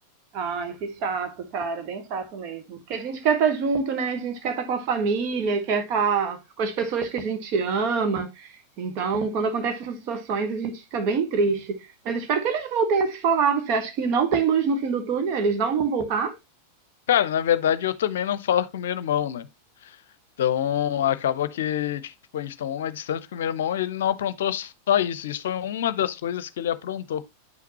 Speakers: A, on the right; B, on the left.
A: Ai, que chato, cara, bem chato mesmo. Porque a gente quer estar junto, né? A gente quer estar com a família, quer estar com as pessoas que a gente ama. Então, quando acontecem essas situações, a gente fica bem triste. Mas eu espero que eles voltem a se falar. Você acha que não tem luz no fim do túnel? Eles não vão voltar?
B: Cara, na verdade eu também não falo com meu irmão, né? Então acaba que tipo a gente tomou uma distância porque meu irmão ele não aprontou só isso. Isso foi uma das coisas que ele aprontou.